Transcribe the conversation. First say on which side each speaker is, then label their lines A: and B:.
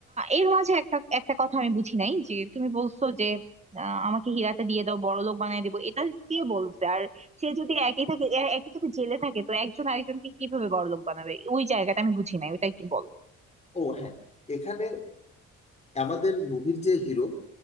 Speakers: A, on the right; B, on the left.
A: এর মাঝে একটা একটা কথা আমি বুঝি নাই যে তুমি বলছো যে আহ, আমাকে হীরাটা দিয়ে দাও বড় লোক বানিয়ে দেবো এটা কে বলছে আর সে যদি একই থাকে এ- একই সাথে জেলে থাকে তো একজন আরেকজনকে কিভাবে বড় লোক বানাবে ওই জায়গাটা আমি বুঝি নাই ওটা একটু বলো
B: ও হ্যাঁ এখানে আমাদের মুভির যে হিরো